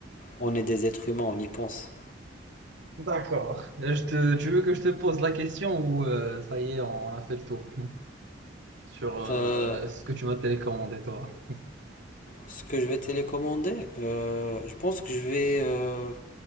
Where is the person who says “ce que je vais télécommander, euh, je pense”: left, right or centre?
Left